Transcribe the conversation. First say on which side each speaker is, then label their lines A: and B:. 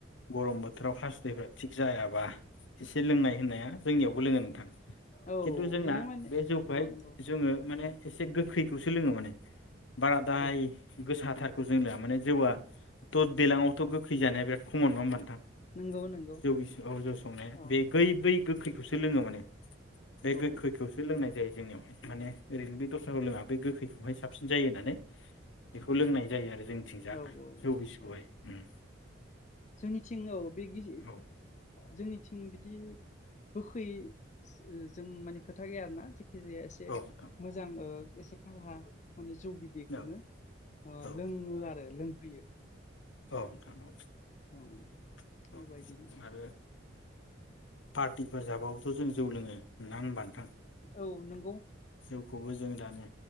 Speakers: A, on the left; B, on the left.
A: गरम बोथोराव खासुदैफ्रा थिग जायाबा एसे लोंनाय होननाया जोंनियावबो लोङो नोंथां।
B: औ
A: खिन्थु जोंना
B: बियो माने
A: बे जौखौहाय
B: नंगौ नंगौ
A: जोङो माने एसे गोग्खैखौसो लोङो माने बारादाय
B: औ
A: गोसा थारखौ जों लया माने जौआ थ देलाङावथ गोखै जानाया बिराद खमन नङा होनबा नोंथां।
B: नंगौ नंगौ
A: जौ गिसि औ जौ संनाया
B: औ
A: बे गै बै गो खैखौसो लोङो माने बे
B: औ
A: गोखैखौसो लोंनाय जायो जोंनियावहाय माने
B: औ
A: ओरैनो बे दस लोङा बे गोखैखौहाय साबसि जायो होननानै बेखौ लोंनाय जायो आरो जोंथिंजा
B: औ औ
A: जौ गिसिखौहाय
B: औ
A: उम
B: जोंनिथिं औ बे गि
A: औ
B: जोंनिथिं बिदि गोखैै जों माने खोथा गैया आरोना खि जाया एसे
A: औ नोंथां
B: मोजां ओ एसेखां हा माने जौ बिदैखौनो
A: औ औ
B: लों ओ आरो लोंहोयो
A: औ नोंथां औ
B: औ
A: औ
B: बेबायदिनो
A: आरो पार्टिफोर जाबावो थ जों जौ लोङो नडा होनबा नोंथां?
B: औ नोंगौ।
A: जौ खौबो जों दानो